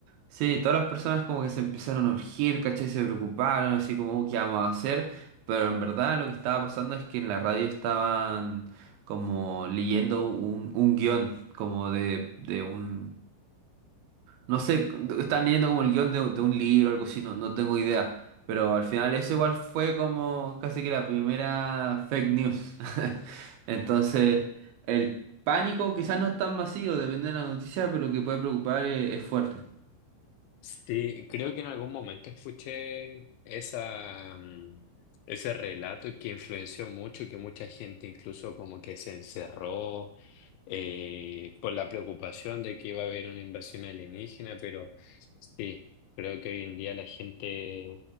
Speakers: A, on the right (about 75°); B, on the left (about 80°).
A: sí, todas las personas como que se empezaron a urgir, ¿cachai? Se preocuparon, así como, "Uh, ¿qué vamos a hacer? Pero en verdad lo que estaba pasando es que en la radio estaban como leyendo un, un guión, como de, de un, no sé, están leyendo como el guión de, de un libro o algo así, no, no tengo idea. Pero al final eso igual fue como casi que la primera fake news. <laughs> Entonces, el pánico quizás no es tan masivo, depende de la noticia, pero que puede preocupar es, es fuerte.
B: sí, creo que en algún momento escuché esa, mm, ese relato que influenció mucho, que mucha gente incluso como que se encerró eh, por la preocupación de que iba a haber una invasión alienígena, pero sí, creo que hoy en día la gente,